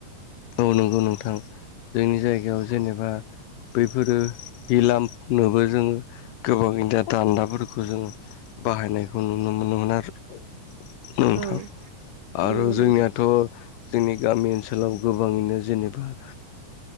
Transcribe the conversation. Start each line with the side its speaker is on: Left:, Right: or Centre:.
Left: औ नंगौ नोंथां। जोंनि जायगायाव जेनेबा बैफोरो हिलामनोबो जोङो गोबाव दा दान्दाफोरखौ जोङो। बाहायनायखौ नुनो मोनोमोन आरो। नोंथां
Right: औ
Left: आरो
Right: नंगौ नोंथां
Left: जोंनियाथ' जोंनि गामि ओनसोलाव गोबाङैनो जेनेबा